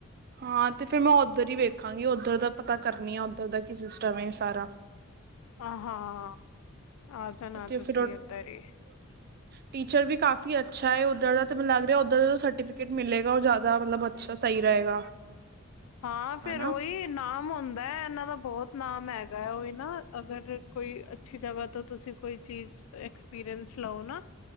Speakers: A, on the right; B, on the left.
A: ਹਾਂ ਤੇ ਫੇਰ ਮੈਂ ਉੱਧਰ ਹੀ ਵੇਖਾਂਗੀ ਉੱਧਰ ਦਾ ਪਤਾ ਕਰਨੀ ਆ ਉੱਧਰ ਦਾ ਕੀ ਸਿਸਟਮ ਏ ਸਾਰਾ
B: ਆ ਹਾਂ ਆ ਜਾਣਾ
A: ਉਥੇ
B: ਤੁਸੀਂ
A: ਫੇਰ ਉਹ
B: ਇੱਧਰ ਹੀ
A: ਟੀਚਰ ਵੀ ਕਾਫੀ ਅੱਛਾ ਏ ਉਦਾਂ ਦਾ ਤੇ ਮੈਨੂੰ ਲੱਗ ਰਿਹਾ ਉਦਾਂ ਦਾ ਸਰਟੀਫਿਕੇਟ ਮਿਲੇਗਾ ਉਹ ਜਿਆਦਾ ਮਤਲਬ ਅੱਛਾ ਸਹੀ ਰਹੇਗਾ।
B: ਹਾਂ ਫਿਰ
A: ਹਨਾ
B: ਉਹੀ ਨਾ। ਹੁੰਦਾ ਹੈ ਇਹਨਾਂ ਦਾ ਬਹੁਤ ਨਾਮ ਹੈਗਾ। ਉਹ ਹੀ ਨਾ ਅਗਰ ਕੋਈ ਅੱਛੀ ਜਗ੍ਹਾ ਤੋਂ ਤੁਸੀਂ ਕੋਈ ਚੀਜ਼ ਐਕਸਪੀਰੀਅਸ ਲਓ ਨਾ।